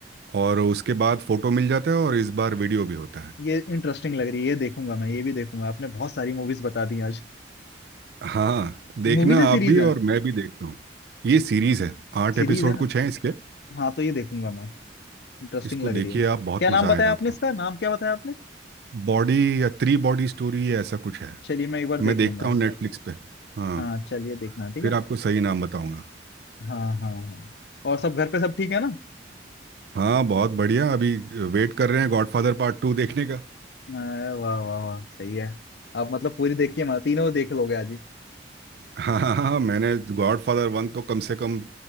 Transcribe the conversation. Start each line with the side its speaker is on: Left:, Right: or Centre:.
Right: और उसके बाद फोटो मिल जाता है और इस बार वीडियो भी होता है
Left: ये इंटरेस्टिंग लग रही है ये देखूंगा मैं ये भी देखूंगा आपने बहुत सारी मूवीज बता दी आज
Right: हाँ देखना
Left: मूवीज है
Right: आप
Left: सीरीज
Right: भी
Left: है
Right: और मैं भी देखता हूँ ये सीरीज है आठ
Left: सीरीज
Right: एपिसोड
Left: है ना
Right: कुछ है इसके
Left: हाँ तो ये देखूंगा मैं इंटरेस्टिंग
Right: इसको
Left: लग रही
Right: देखिए
Left: है
Right: आप बहुत
Left: क्या
Right: मज़ा
Left: नाम बताया
Right: आएगा आपको
Left: आपने इसका नाम क्या बताया आपने
Right: बॉडी या थ्री बॉडी स्टोरी या ऐसा कुछ है
Left: चलिए मैं एक बार देख
Right: मैं देखता
Left: लूंगा
Right: हूँ नेटफ्लिक्स पे हाँ
Left: हाँ चलिए देखना ठीक
Right: फिर
Left: है
Right: आपको सही नाम बताऊंगा
Left: हाँ हाँ हाँ। और सब घर पे सब ठीक है ना
Right: हाँ बहुत बढ़िया अभी वेट कर रहे हैं गॉडफादर पार्ट टू देखने का
Left: अरे वाह वाह वाह सही है आप मतलब पूरी देख के माती तीनों देख लोगे आज ही
Right: हाँ हाँ हाँ मैंने गॉडफादर वन तो कम से कम